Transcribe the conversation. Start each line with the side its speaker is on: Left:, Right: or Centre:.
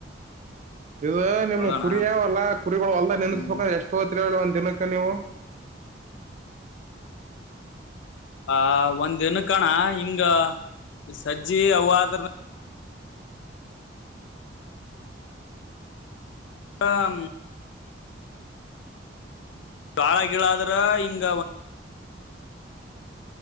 Right: ಇವ ನಿಮ್
Left: ಹೌದಣ್ಣ
Right: ಕುರಿಯಾವಲ್ಲ ಕುರಿಗಳು ಹೋಲ್ಡಾಗ್ಗ್ ನಿಂದ್ರಿಸಸ್ಬೇಕ್ರ
Left: ಹ್ಮ್
Right: ಎಷ್ಟ ತೊಗೊತಿರ್ ಹೇಳ್ ಹೋಲಿ ನಕ್ಕ ನೀವು <inaudible>
Left: ಆ ಒಂದ ದಿನ್ನಕ್ ಅಣ್ಣ ಹಿಂಗ ಸಜ್ಜಿ ಅವಾದ್ರ ಹಮ್ ಗಾಳ ಗಿಳಾದ್ರ ಹಿಂಗ.